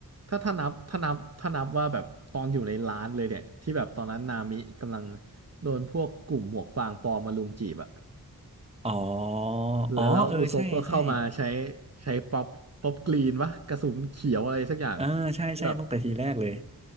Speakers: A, on the right (about 40°); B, on the right (about 15°).
A: ถ้าถ้านับถ้านับถ้านับว่าแบบตอนอยู่ในร้านเลยเนี่ยที่แบบตอนนั้นนามิกำลังโดนพวกกลุ่มหมวกฟางปลอมมาลุมจีบอะ
B: อ๋อ
A: แล้วแล้วอุซบก็เข้ามาใช้
B: อ๋อเออใช่ใช่
A: ใช้ป๊อปป๊อปกรีนวะกระสุนเขียวอะไรสักอย่าง
B: เออใช่ใช่ตั้งแต่ทีแรกเลย
A: ให้แบบ